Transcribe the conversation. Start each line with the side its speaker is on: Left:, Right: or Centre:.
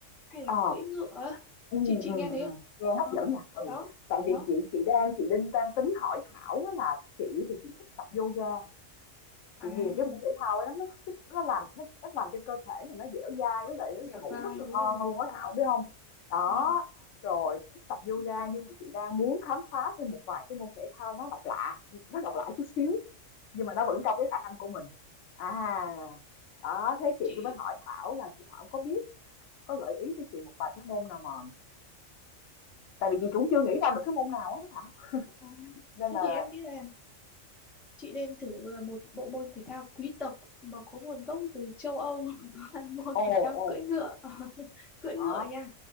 Centre: hay
Left: ờ,
Centre: là cưỡi ngựa á.
Left: ừ,
Centre: chị chị
Left: ừ,
Centre: nghe thấy
Left: ừ,
Centre: không
Left: nghe hấp
Centre: Ờ,
Left: dẫn nha. Ừ.
Centre: đó
Left: Tại
Centre: đó
Left: vì chị chị đang chị Đinh đang tính hỏi Thảo á là chị thì chị thích tập yoga
Centre: à
Left: chị ghiền cái môn thể thao ấy lắm nó thích nó làm nó, nó làm cho cơ thể mình nó dẻo dai với lại nó
Centre: dẻo
Left: ngủ
Centre: dai
Left: rất là
Centre: đúng
Left: ngon
Centre: không
Left: luôn á Thảo biết không đó
Centre: Ồ.
Left: rồi thích tập yoga
Centre: Ừ,
Left: nhưng mà chị đang muốn khám phá thêm một vài cái môn thể thao nó độc lạ nó độc lạ chút xíu nhưng mà nó vẫn
Centre: ừ.
Left: trong cái khả năng của mình à đó thế chị
Centre: chị
Left: cũng mới hỏi Thảo là chị Thảo có biết có gợi ý cho chị một vài cái môn nào mà tại vì chị cũng chưa nghĩ ra được cái môn nào á Thảo
Centre: ờ,
Left: nên
Centre: thế
Left: là
Centre: thì em nghĩ là chị nên thử ờ, một bộ môn thể thao quý tộc mà có nguồn gốc từ châu Âu <laughs> là môn
Left: ồ
Centre: thể thao
Left: ồ
Centre: cưỡi ngựa <laughs> cưỡi
Left: à
Centre: ngựa nha